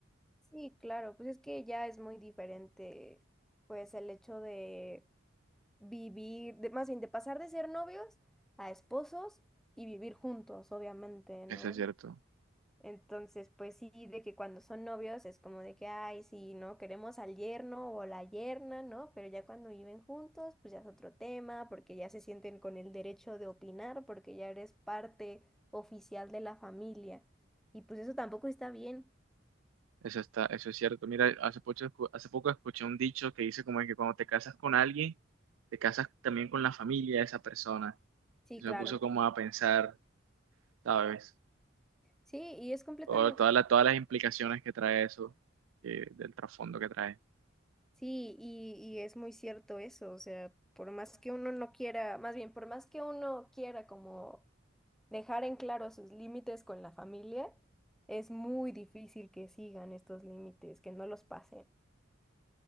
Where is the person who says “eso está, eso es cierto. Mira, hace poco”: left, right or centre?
Right